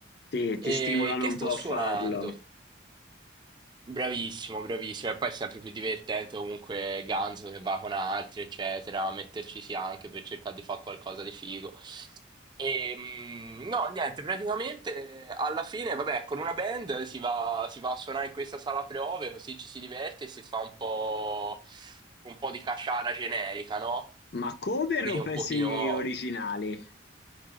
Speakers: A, on the left (about 55°); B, on the right (about 25°).
A: Ti,
B: E
A: ti stimolano
B: che
A: un
B: sto
A: po'
B: suonando?
A: a farlo.
B: Bravissimo, bravissimo. E poi è sempre più divertente comunque Ganzo che va con altri, eccetera, metterci sì anche per cercare di fare qualcosa di figo. E, mm, no, niente, praticamente alla fine, vabbè, con una band si va, si va a suonare in questa sala prove, così ci si diverte e si fa un po', un po' di caciara generica, no?
A: Ma cover
B: Quindi
A: o
B: è
A: pezzi
B: un pochino.
A: originali?